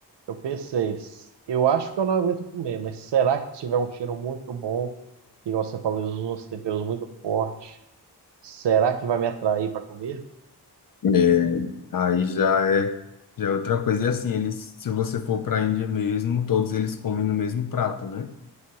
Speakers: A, on the right; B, on the left.
A: eu pensei, s- eu acho que eu não aguento comer, mas será que tiver um cheiro muito bom, igual você falou, eles usam uns temperos muito fortes, será que vai me atrair para comer?
B: É, aí já é, já é outra coisa. E assim, eles, se você for para a Índia mesmo, todos eles comem no mesmo prato, né?